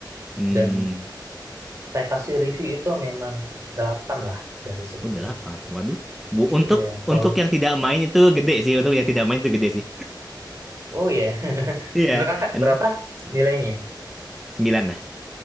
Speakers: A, in the centre; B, on the right.
A: Hmm,
B: dan saya kasih review itu memang 8 lah dari 10.
A: udah delapan. Waduh. Bu,
B: Iya,
A: untuk
B: kalau
A: untuk yang tidak main itu gede sih. Untuk yang tidak main itu gede sih.
B: oh iya. <laughs>
A: Iya,
B: Menurut Kakak
A: kan
B: berapa nilainya?
A: sembilan lah.